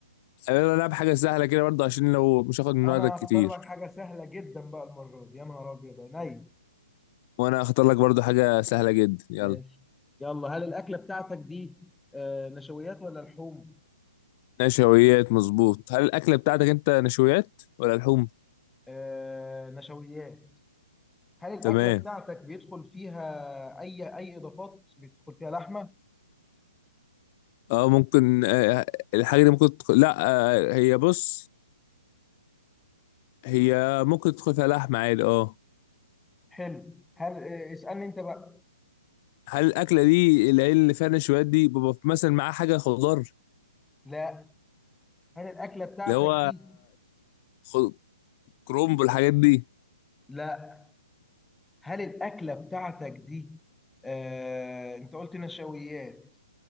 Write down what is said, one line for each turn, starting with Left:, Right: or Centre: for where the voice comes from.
Left: انا العب حاجه سهله كده برضه عشان لو مش هاخد من
Centre: انا
Left: وقتك كتير
Centre: هختار لك حاجه سهله جدا بقى المره دي يا نهار ابيض عينيا
Left: وانا اختار لك برضه حاجه سهله جدا يلا
Centre: ماشي يلا هل الاكله بتاعتك دي آه نشويات ولا لحوم
Left: نشويات مظبوط هل الاكله بتاعتك انت نشويات ولا لحوم
Centre: آه نشويات هل الاكله
Left: تمام
Centre: بتاعتك بيدخل فيها اي اي اضافات بيدخل فيها لحمه
Left: اه ممكن آه آه، الحاجه دي ممكن تدخل لا آه هي بص هي ممكن تدخل فيها لحمه عادي اه
Centre: حلو هل آه اسالني انت بقى
Left: هل الاكله دي العيل اللي فيها نشويات دي بيبقى مثلا معاه حاجه خضار
Centre: لا هل الاكله بتاعتك
Left: اللي هو
Centre: دي
Left: خ- كرومب والحاجات دي
Centre: لا هل الأكلة بتاعتك دي آه، أنت قلت نشويات